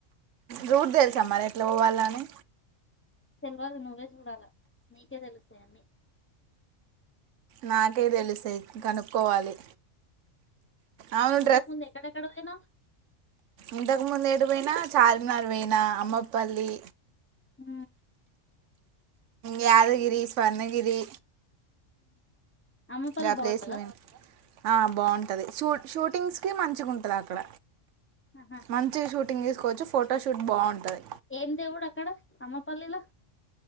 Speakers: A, on the right; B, on the left.
A: రూట్ తెలుసా మరి ఎట్లా పోవాల్నా అని
B: తెల్వాదు నువ్వే చూడాలా నీకే తెలుస్తాయి, అన్నీ
A: నాకేం తెలిసే కనుక్కోవాలి అవును
B: నువ్వు ఇంతకుముందు ఎక్కడెక్కడకి పోయినావ్
A: ఇంతకుముందు ఏడకి పోయినా చార్ మినార్ పోయినా అమ్మపల్లి
B: ఊ
A: యాదగిరి, స్వర్ణగిరి
B: అమ్మపల్లి
A: గా
B: బాగుంటదా,
A: ప్లేస్లు పోయినా ఆ బాగుంటది షూ షూటింగ్స్ కి మంచిగా ఉంటది అక్కడ
B: ఆహా
A: మంచి షూటి టింగ్ తీసుకోవచ్చు ఫోటోషూట్ బాగుంటుది.
B: ఏం దేవుడు అక్కడ అమ్మపల్లిలో